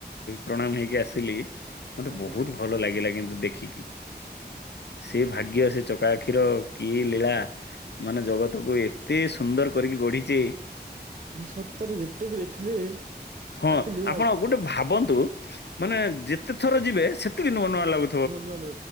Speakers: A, on the left (about 80°); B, on the right (about 50°).
A: ପ୍ରଣାମ ହେଇକି ଆସିଲି ମତେ
B: ଆଜ୍ଞା।
A: ବହୁତ ଭଲ ଲାଗିଲା କିନ୍ତୁ ଦେଖିକି। ସେ ଭାଗ୍ୟ ସେ ଚକା ଆଖିର କିଏ ଲୀଳା ମାନେ ଜଗତକୁ ଏତେ ସୁନ୍ଦର କରିକି ଗଢିଛେ।
B: ଯେ ସତରେ ଯେତେ ବି ଦେଖିଲେ
A: ହଁ
B: ବାକି ଲୁ
A: ଆପଣ ଗୋଟେ ଭାବନ୍ତୁ ମାନେ ଯେତେ ଥର ଯିବେ ସେତିକି ନୂଆ ନୂଆ ଲାଗୁ
B: ନୂଆ ନୂଆ